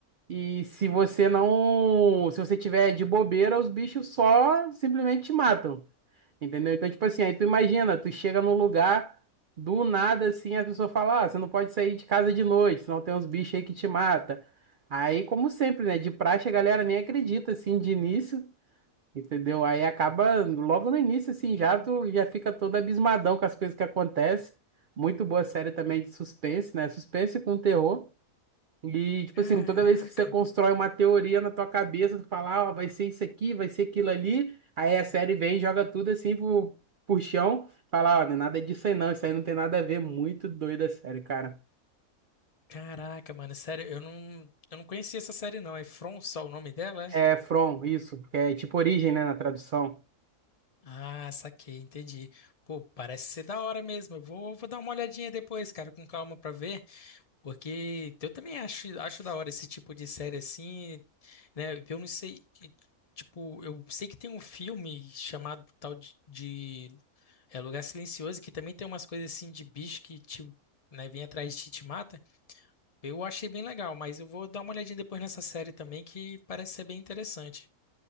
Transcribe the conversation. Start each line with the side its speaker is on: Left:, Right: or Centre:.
Right: e se você não, se você tiver de bobeira, os bichos só simplesmente te matam. Entendeu? Então, tipo assim, aí tu imagina, tu chega num lugar do nada assim, a pessoa fala: "Ah, você não pode sair de casa de noite, senão tem uns bichos aí que te mata". Aí, como sempre, né, de praxe a galera nem acredita assim de início. Entendeu? Aí acaba logo no início, assim, já tu já fica todo abismadão com as coisas que acontecem. Muito boa série também de suspense, né? Suspense com terror. E, tipo
Left: Caraca,
Right: assim, toda vez que você constrói uma teoria na tua cabeça, tu fala, ó, vai ser isso aqui, vai ser aquilo ali. Aí a série vem e joga tudo assim pro, pro chão. Fala, ó, não é nada disso aí não, isso aí não tem nada a ver. Muito doida a série, cara.
Left: caraca, mano. Sério, eu não, eu não conhecia essa série, não. É From só o nome dela,
Right: É
Left: é?
Right: From, isso, que é tipo origem, né, na tradução.
Left: Ah, saquei, entendi. Pô, parece ser da hora mesmo. Eu vou, vou dar uma olhadinha depois, cara, com calma pra ver, porque eu também acho, acho da hora esse tipo de série assim, né? Eu não sei, que- tipo, eu sei que tem um filme chamado tal de, de, é, Lugar Silencioso que também tem umas coisas assim de bicho que te, né, vem atrás de ti e te mata. Eu achei bem legal, mas eu vou dar uma olhadinha depois nessa série também que parece ser bem interessante.